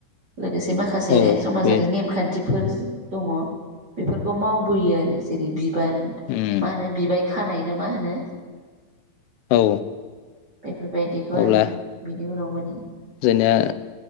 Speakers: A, on the right; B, on the left.
A: लोगोसे माखासे
B: औ
A: समाजारि
B: बे
A: नेमखान्थि बेफोर दङ बेफोरखौ मावबोयो आरो जेरै बि
B: उम
A: मा होनो बिबाय खानाय ना मा होनो?
B: औ।
A: बेफोरबायदिखौ
B: अब्ला
A: आरो बिनि उनाव मा
B: जोंनिया